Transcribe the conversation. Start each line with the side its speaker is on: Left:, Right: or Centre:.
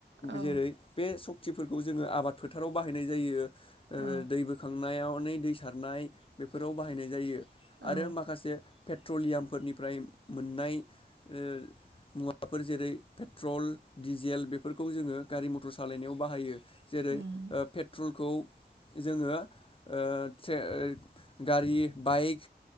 Right: औ
Left: जेरै बे सक्तिफोरखौ जोङो आबाद फोथाराव बाहायनाय जायो
Right: औ
Left: दै बोखांनायाव नै दै सारनाय बेफोराव बाहायनाय जायो आरो
Right: औ
Left: माखासे पेट्रलियामफोरनिफ्राय मोननाय ओ मुवा वाफोर जेरै पेट्रल डिजेल बेफोरखौ जोङो गारि मटर सालायनायाव बाहायो जेरै
Right: उम
Left: ओ पेट्रलखौ जोङो ओ से ओ गारि बाइक